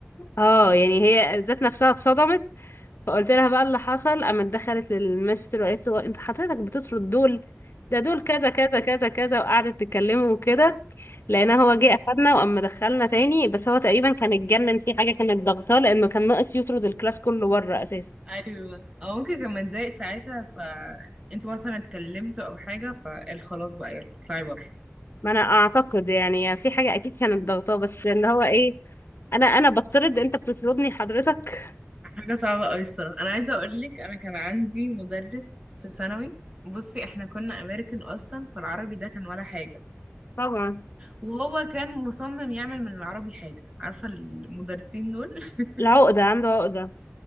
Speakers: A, on the left (about 55°); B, on the right (about 20°).
A: اه يعني هي ذات نفسها اتصدمت فقلت لها بقى اللي حصل قامت دخلت للمستر وقالت له انت حضرتك بتطرد دول ده دول كذا كذا كذا كذا وقعدت تكلمه وكده لقينا هو جه اخدنا وقام دخلنا تاني بس هو تقريبا كان اتجنن في حاجه كانت ضغطاه لانه كان ناقص يطرد الكلاس كله بره اساسا
B: ايوه او ممكن كان متضايق ساعتها ف انتوا مثلا اتكلمتوا او حاجة فقال خلاص بقى يلا اطلعي بره
A: ما انا اعتقد يعني في حاجه اكيد كانت ضغطاه بس اللي هو ايه انا انا بطرد انت بتطردني حضرتك
B: حاجة صعبة أوي الصراحة أنا عايزة أقولك أنا كان عندي مدرس في ثانوي بصي احنا كنا أمريكان أصلا فالعربي ده كان ولا حاجة
A: طبعا
B: وهو كان مصمم يعمل من العربي حاجة عارفة المدرسين دول <laughs>
A: العقده عنده عقده